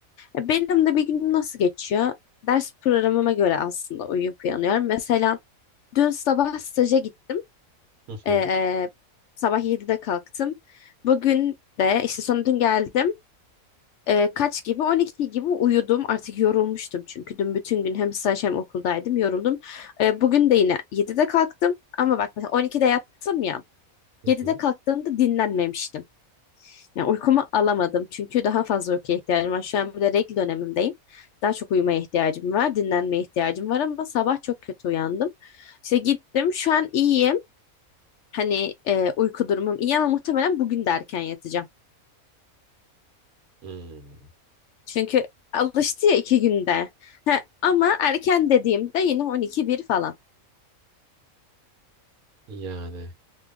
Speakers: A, on the left (about 65°); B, on the right (about 85°).
A: E, benim de bir günüm nasıl geçiyor? Ders programıma göre aslında uyuyup uyanıyorum. Mesela dün sabah staja gittim.
B: Hı hı.
A: E, sabah 7'de kalktım. Bugün de işte sonra dün geldim. Ee, kaç gibi? 12 gibi uyudum. Artık yorulmuştum çünkü dün bütün gün hem staj hem okuldaydım. Yoruldum. Ee, bugün de yine 7'de kalktım. Ama bak mesela 12'de yattım ya.
B: Hı
A: 7'de
B: hı.
A: kalktığımda dinlenmemiştim. Yani uykumu alamadım. Çünkü daha fazla uykuya ihtiyacım var. Şu an bir de regl dönemimdeyim. Daha çok uyumaya ihtiyacım var. Dinlenmeye ihtiyacım var ama sabah çok kötü uyandım. İşte gittim. Şu an iyiyim. Hani e, uyku durumum iyi ama muhtemelen bugün de erken yatacağım.
B: Hmm.
A: Çünkü alıştı ya iki günde. He, ama erken dediğimde yine on iki bir falan.
B: Yani.